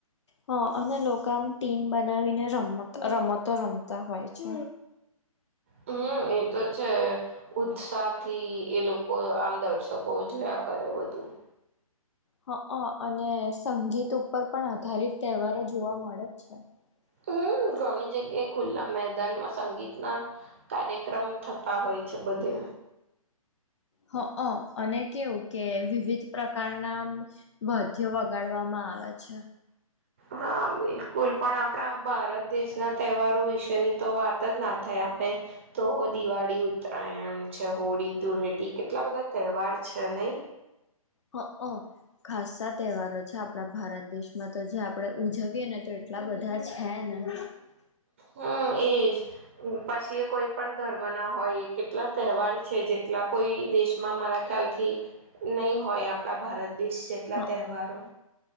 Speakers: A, on the left; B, on the right.
A: હ અને લોકો આમ ટીમ બનાવીને રમ રમતો રમતા હોય છે
B: હમ એ તો છે ઉત્સાહ થી એ લોકો આમ દર્શકો જોયા કરે થ વધધ
A: હક્ન્ અને સંગીત ઉપર પણ આધારિત તહેવારો જોવા મળે જ છે. <inaudible>
B: હમ ઘણી જગ્યાએ ખુલ્લા મેદાનમાં સંગીતના કાર્યક્રમ થતા હોય છે બધે
A: હક અને કેવું કે વિવિધ પ્રકારના વાદ્યો વગાડવામાં આવે છે.
B: હા બિલકુલ પણ આપણા ભારત દેશના તહેવારો વિશે તેની તો વાત જ ના થાય! તો દિવાળી, ઉતરાયણ છે હોળી, ધૂળેટી કેટ્ એટલા બધા તહેવાર છે નહીં!
A: હક્ન્ ખાસ્સા તહેવારો છે આપણા ભારત દેશમાં તો. જે આપણે ઉજવીએને તો એટલા બધા છે ને! <unintelligible>
B: હમ એજ પછી એ કોઈ પણ ધર્મના હોય. કેટલા તહેવાર છે? જેટલા કોઈ દેશ માં મારા ખ્યાલથી નહીં હોય આપણા ભારત દેશ જેટલા
A: હ
B: તહેવારો